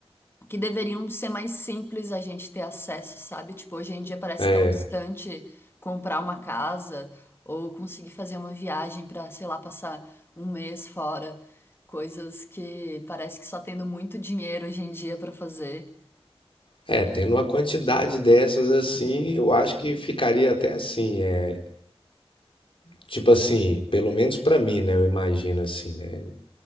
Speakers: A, on the left (about 20°); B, on the left (about 55°).
A: que deveriam ser mais simples a gente ter acesso, sabe? Tipo, hoje em dia parece
B: É,
A: tão distante comprar uma casa ou conseguir fazer uma viagem para, sei lá, passar um mês fora, coisas que parece que só tendo muito dinheiro hoje em dia para fazer.
B: é, tendo uma quantidade dessas assim, eu acho que ficaria até assim, é, tipo assim, pelo menos pra mim, né? Eu imagino assim, né?